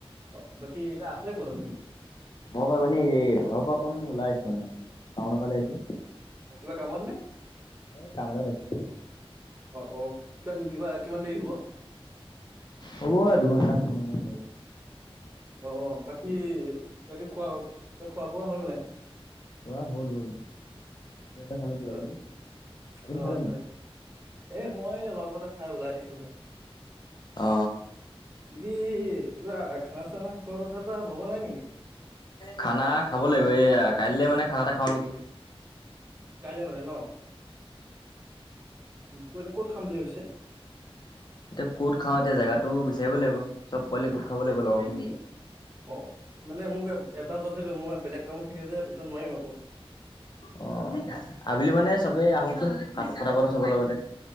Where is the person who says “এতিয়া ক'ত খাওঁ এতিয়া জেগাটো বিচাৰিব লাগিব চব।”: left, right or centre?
Left